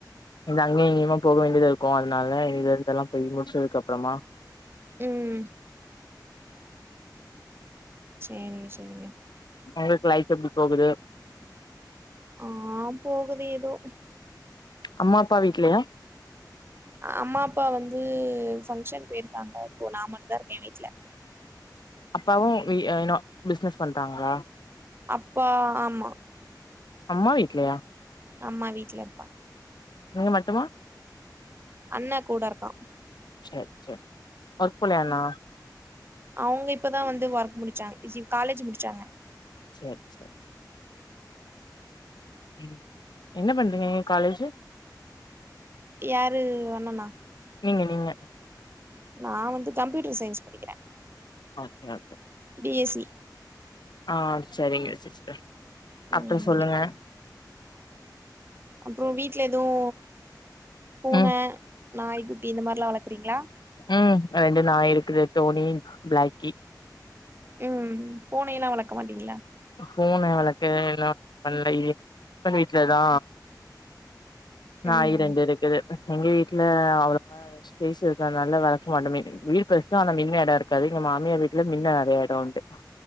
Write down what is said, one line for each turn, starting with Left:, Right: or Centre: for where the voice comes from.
Left: இந்த அங்கயு இங்கயுமா போக வேண்டியதா இருக்கு அதனால இதுல இருந்துல்லாம் போய் முடிச்சதுக்கு அப்புறமா
Right: ம் சேரிங்க சேரிங்க
Left: உங்களுக்கு லைஃப் எப்டி போகுது
Right: ஆ போகுது ஏதோ
Left: அம்மா அப்பா வீட்லயா
Right: அம்மா அப்பா வந்து ஃபங்ஷன் போயிருக்காங்க இப்போ நா மட்டு தா இருக்க வீட்ல
Left: அப்பாவு வி யூ நோ பிஸ்னஸ் பண்றாங்களா
Right: அப்பா ஆமா
Left: அம்மா வீட்லயா
Right: அம்மா வீட்ல இருப்பா
Left: நீங்க மட்டுமா
Right: அண்ண கூட இருக்கா
Left: செர் செர் ஒர்க் போலயா இன்னு
Right: அவுங்க இப்ப தா வந்து ஒர்க் முடிச்சாங்க இ சி காலேஜ் முடிச்சாங்க
Left: செர் செர் ம் என்ன பண்றீங்க நீங்க காலேஜு
Right: யாரு அண்ணனா
Left: நீங்க நீங்க
Right: நா வந்து கம்ப்யூட்டர் சயின்ஸ் படிக்கிற
Left: okay okay
Right: B S E
Left: ஆ செரிங்க செர் செர்
Right: ம்
Left: அப்றோ சொல்லுங்க
Right: அப்றோ வீட்ல எதுவு பூன
Left: ம்
Right: நாய்க்குட்டி இந்த மாரிலா வளக்குறீங்ளா
Left: ம் ரெண்டு நாய் இருக்குது டோனி பிளாக்கி
Right: ம் பூனை எல்லா வளக்க மாட்டீங்களா
Left: பூன வளக்க <unintelligible> பண்ல எதுத்த வீட்ல தா நாயி
Right: ம்
Left: ரெண்டு இருக்குது எங்க வீட்ல அவ்ளவா ஸ்பேஸ் இருக்காது அதனால வளக்க மாட்டோமே வீடு பெருசு ஆனா மின்ன எடம் இருக்காது எங்க மாமியார் வீட்ல மின்ன நறைய எட இருக்கு